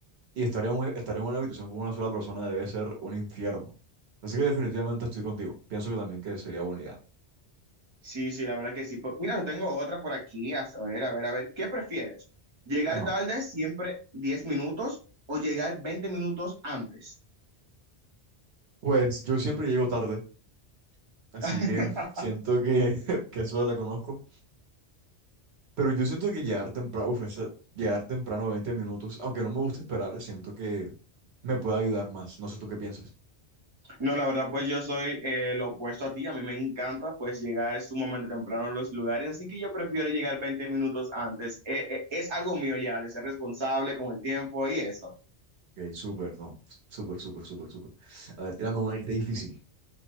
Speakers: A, on the right; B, on the right.
A: Y estar en, un- estar en una habitación con una sola persona debe ser un infierno. Así que definitivamente estoy contigo. Pienso que también que sería buena idea.
B: Sí, sí, la verdad que sí. Pues, Mira, yo tengo otra por aquí. A ver, a ver, a ver. ¿Qué prefieres? ¿Llegar
A: Ajá.
B: tarde siempre 10 minutos o llegar 20 minutos antes?
A: Pues yo siempre llego tarde, así
B: <laughs>
A: que siento que, <laughs> que eso la conozco. Pero yo siento que llegar temprano, uf, esa- llegar temprano 20 minutos, aunque no me gusta esperar, siento que me puede ayudar más. No sé tú qué piensas.
B: No, la verdad, pues yo soy eh, lo opuesto a ti. A mí me encanta pues llegar sumamente temprano a los lugares, así que yo prefiero llegar 20 minutos antes. Eh, eh, es algo mío ya, de ser responsable con el tiempo y eso.
A: Ok, súper, no. Súper, súper, súper, súper. A ver, tírame una extra difícil,